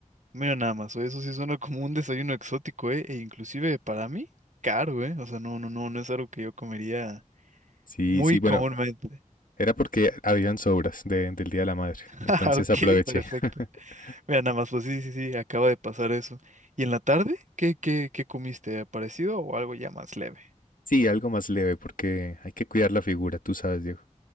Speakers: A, on the right (about 60°); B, on the left (about 85°).
A: Mira nada más, oye, eso sí suena como un desayuno exótico, ¿eh? E inclusive para mí, caro, ¿eh? O sea, no, no, no, no es algo que yo comería
B: Sí,
A: Muy
B: sí, bueno,
A: comúnmente.
B: era porque habían sobras de- del Día de la Madre,
A: <laughs>
B: entonces
A: Ah, Ok,
B: aproveché.
A: perfecto.
B: <laughs>
A: Mira, nada más, pues sí, sí, sí, acaba de pasar eso. ¿Y en la tarde? ¿Qué, qué, qué comiste? ¿Parecido o algo ya más leve?
B: Sí, algo más leve porque hay que cuidar la figura, tú sabes, Diego.